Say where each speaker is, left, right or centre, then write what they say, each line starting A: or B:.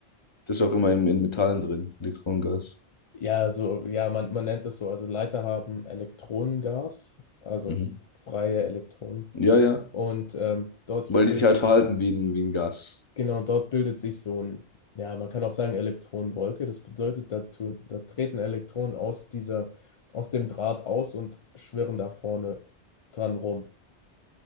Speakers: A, on the left; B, on the left.
A: das ist auch immer im, in Metallen drin, Elektronengas.
B: ja, so, ja, man, man nennt es so. Also Leiter haben Elektronengas, also
A: Mhm.
B: freie Elektronen.
A: Ja, ja.
B: Und ähm, dort
A: Weil
B: bildet,
A: die sich halt verhalten wie ein, wie ein Gas.
B: genau, dort bildet sich so ein, ja, man kann auch sagen Elektronenwolke. Das bedeutet, da, tun, da treten Elektronen aus dieser, aus dem Draht aus und schwirren da vorne dran rum.